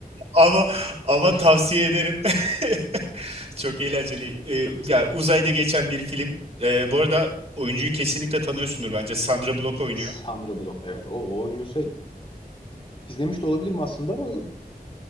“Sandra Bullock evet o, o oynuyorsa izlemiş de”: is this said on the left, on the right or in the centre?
Left